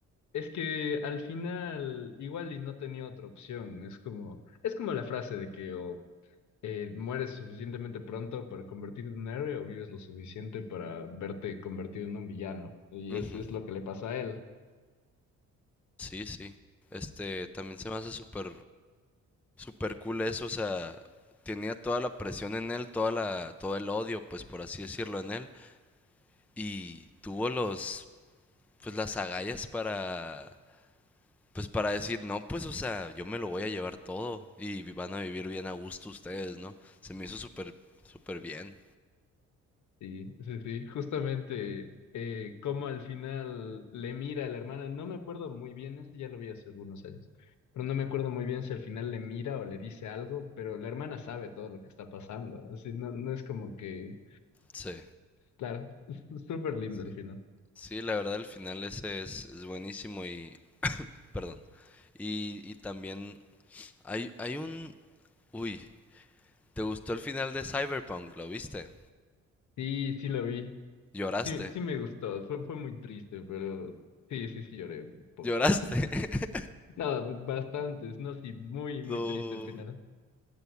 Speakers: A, on the left; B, in the centre.
A: es que al final igual y no tenía otra opción. Es como, es como la frase de que o eh, mueres suficientemente pronto para convertirte en un héroe o vives lo suficiente para verte convertido en un villano. Y
B: Ujú.
A: es, es lo que le pasa a él.
B: Sí, sí. Este, también se me hace súper, súper cool eso, o sea, tenía toda la presión en él, toda la, todo el odio, pues por así decirlo, en él, y tuvo los, pues las agallas para Pues para decir, no, pues o sea, yo me lo voy a llevar todo y vi- van a vivir bien a gusto ustedes, ¿no? Se me hizo súper, súper bien.
A: Sí, sí, sí, justamente eh, como al final le mira a la hermana, no me acuerdo muy bien, eso ya lo vi hace algunos años, pero no me acuerdo muy bien si al final le mira o le dice algo, pero la hermana sabe todo lo que está pasando, así no, no es como que,
B: Sí,
A: claro, es es súper lindo
B: sí,
A: al final.
B: sí, la verdad el final ese es, es buenísimo y, perdón. Y, y también hay, hay un, uy, ¿te gustó el final de Cyberpunk? ¿Lo viste?
A: Sí, sí lo vi,
B: ¿Lloraste?
A: sí, sí me gustó, fue, fue muy triste, pero sí, sí, sí lloré un poco.
B: ¿Lloraste? <laughs>
A: Nada, bastantes, no, sí, muy, muy
B: No,
A: triste al final,